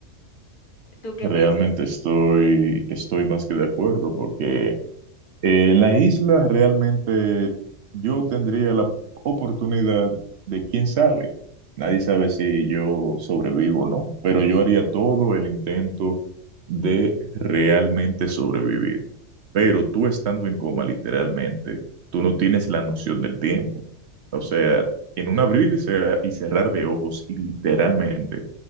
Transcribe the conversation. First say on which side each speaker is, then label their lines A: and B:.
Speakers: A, on the left (about 45°); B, on the right (about 60°).
A: ¿Tú qué
B: Realmente
A: piensas?
B: estoy, estoy más que de acuerdo porque eh, en la isla realmente yo tendría la oportunidad de, quién sabe, nadie sabe si yo sobrevivo o no, pero yo haría todo el intento de realmente sobrevivir. Pero tú estando en coma literalmente, tú no tienes la noción del tiempo. O sea, en un abrir y cerrar, y cerrar de ojos literalmente.